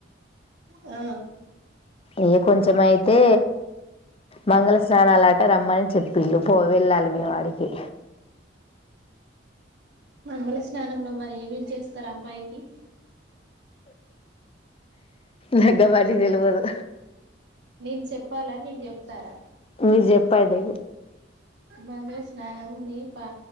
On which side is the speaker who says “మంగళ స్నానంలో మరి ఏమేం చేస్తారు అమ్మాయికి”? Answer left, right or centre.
Right